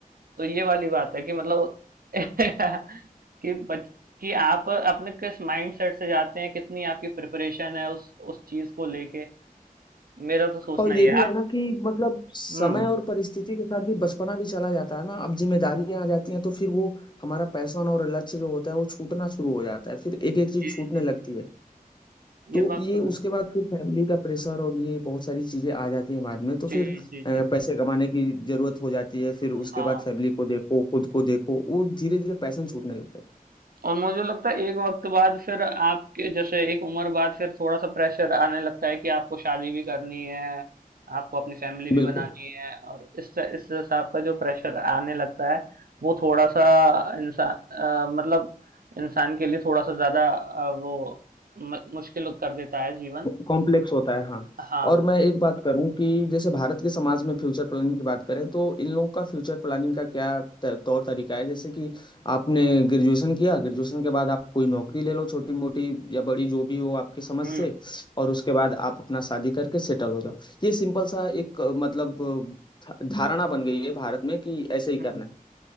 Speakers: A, on the right (about 75°); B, on the left (about 30°).
A: तो ये वाली बात है कि मतलब <laughs> कि बच कि आप अपने किस माइंड सेट से जाते हैं कितनी आपकी प्रिपरेशन है उस उस चीज को लेके मेरा तो सोचना
B: और ये
A: ही है
B: भी
A: आप
B: है ना कि मतलब समय
A: हम्म
B: और परिस्थिति के साथ भी बचपना भी चला जाता है ना अब जिम्मेदारियां आ जाती हैं तो फिर वो हमारा पैशन और लक्ष्य जो होता है वो छूटना शुरू हो जाता है फिर एक एक चीज
A: जी
B: छूटने
A: जी जी
B: लगती है तो
A: ये बात
B: ये
A: तो है
B: उसके बाद फिर फैमिली का प्रेशर और ये बहुत सारी चीजें आ जाती हैं बाद में तो
A: जी
B: फिर अ,
A: जी जी
B: पैसे कमाने की जरूरत हो जाती है फिर
A: हाँ
B: उसके बाद फैमिली को देखो खुद को देखो वो धीरे धीरे पैशन छूटने लगता है
A: और मुझे लगता है एक वक्त बाद फिर आपके जैसे एक उम्र बाद फिर थोड़ा-सा प्रेशर आने लगता है कि आपको शादी भी करनी है, आपको अपनी फैमिली भी
B: बिल्कुल
A: बनानी है और इस त इस हिसाब का जो प्रेशर आने लगता है, वो थोड़ा-सा इंसा अ, मतलब इंसान के लिए थोड़ा-सा ज़्यादा अ, वो म मुश्किल कर देता है जीवन।
B: कॉम्प्लेक्स होता है हाँ
A: हाँ।
B: और मैं एक बात करूं कि जैसे भारत के समाज में फ्यूचर प्लानिंग की बात करें तो इन लोगों का फ्यूचर प्लानिंग का क्या त- तौर तरीका है जैसे कि आपने ग्रेजुएशन किया ग्रेजुएशन के बाद आप कोई नौकरी ले लो छोटी मोटी या बड़ी जो भी हो आपकी समझ
A: हुँ,
B: से और उसके बाद आप अपना शादी करके सेटल हो जाओ ये सिंपल सा एक अ, मतलब अ, धा- धारणा बन गई है भारत में कि ऐसे ही
A: हुँ।
B: करना है